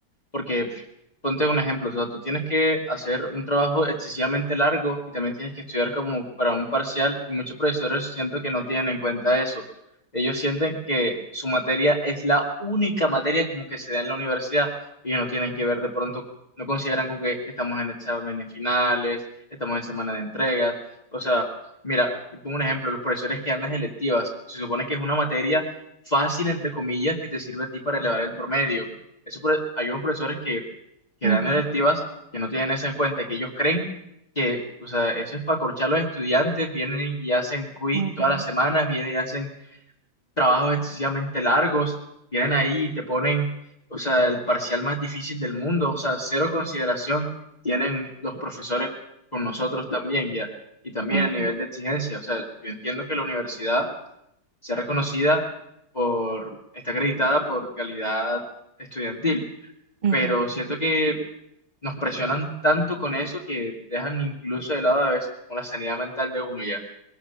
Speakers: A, on the left (about 25°); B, on the right (about 30°).
A: Porque pf, ponte un ejemplo, o sea, tú tienes que hacer un trabajo excesivamente largo y también tienes que estudiar como para un parcial y muchos profesores siento que no tienen en cuenta eso. Ellos sienten que su materia es la única materia como que se da en la universidad y no tienen que ver de pronto, no consideran con que estamos en exámenes finales, estamos en semana de entregas, o sea, mira, te pongo un ejemplo, los profesores que dan las electivas, se supone que es una materia fácil, entre comillas, que te sirve a ti para elevar el promedio eso por- hay unos profesores que, que
B: Ujú,
A: dan electivas que no tienen eso en cuenta, que ellos creen que, o sea, eso es para corchar a los estudiantes, vienen y hacen quiz
B: ujú,
A: todas las semanas, vienen y hacen trabajos excesivamente largos, vienen ahí y te ponen, o sea, el parcial más difícil del mundo, o sea, cero consideración tienen los profesores con nosotros también ya, y también
B: ujú,
A: el nivel de exigencia, o sea, yo entiendo que la universidad sea reconocida por, está acreditada por calidad estudiantil
B: ujú.
A: pero siento que nos presionan tanto con eso que dejan incluso de lado a veces como la sanidad mental de uno ya.